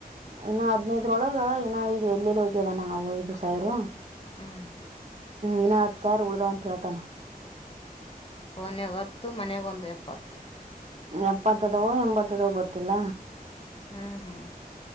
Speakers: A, on the right; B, on the left.
A: ಇನ್ನು ಹದ್ನೈದ್ರೊಳಗ ಇನ್ನ ಇ ಎಲ್ಲೆಲ್ಲಿ ಹೋಗ್ಯವ ನ ನಾವು ಐದು ಸಾವಿರು ಹ್ಮ್
B: ಹ್ಮ್
A: ಇನ್ನ ಹತ್ ಸ ಉಳ್ದಾವ ಅಂತ ಹೇಳ್ತಾನೆ
B: ಫನ್ಾಗ ಹತ್ತು ಮನಾಗೊಂದು ಎಪ್ಪತ್ತು
A: ಎಪ್ಪತ್ತದೋ ಎಂಬತ್ತದೋ ಗೊತ್ತಿಲ್ಲ
B: ಹ್ಮ್ ಹ್ಮ್